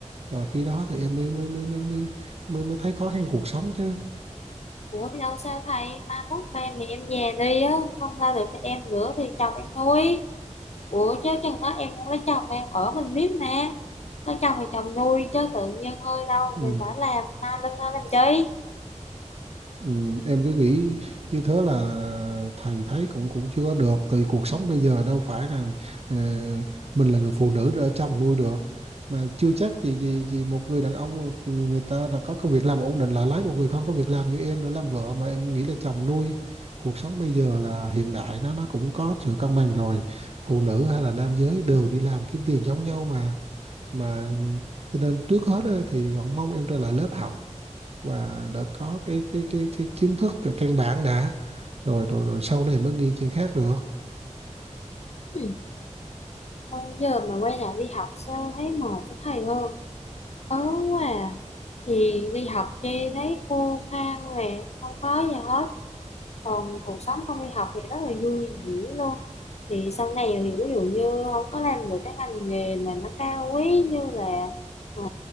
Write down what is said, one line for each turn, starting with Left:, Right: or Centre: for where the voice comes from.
Right: và khi đó thì em mới mới mới mới mới mới, mới thấy khó khăn cuộc sống chứ
Left: Ủa thì đâu sao thầy, mai mốt ba mẹ em về đi á, không ra được cho em nữa thì chồng em nuôi. Ủa chứ chừng đó em không lấy chồng em ở mình biết mà. Có chồng thì chồng nuôi chứ tự nhiên hơi đâu
Right: ừ.
Left: mình phải làm na lưng ra làm chi.
Right: Ừ. em cứ nghĩ như thế là thầy thấy cũng cũng chưa có được tại vì cuộc sống bây giờ đâu phải rằng ờ, mình là người phụ nữ để chồng nuôi được mà chưa chắc gì gì gì một người đàn ông người người ta đã có công việc làm ổn định lại lấy một người không có việc làm như em để làm vợ mà em nghĩ là chồng nuôi cuộc sống bây giờ là hiện đại nó nó cũng có sự cân bằng rồi phụ nữ hay là nam giới đều đi làm kiếm tiền giống nhau mà mà cho nên trước hết á, thì Hoàng mong em trở lại lớp học và đã có cái cái cái cái kiến thức căn bản đã rồi rồi rồi sau này mới nghi chuyện khác được
Left: Ừ. Thôi giờ mà quay lại đi học sao thấy mệt cái thầy hơn ớn quá à. thì đi học đi thấy khô khan nè không có gì hết còn cuộc sống không đi học thì rất là vui vẻ luôn thì sau này thì ví dụ như không có làm được cái ngành nghề mà nó cao quý như là ờ,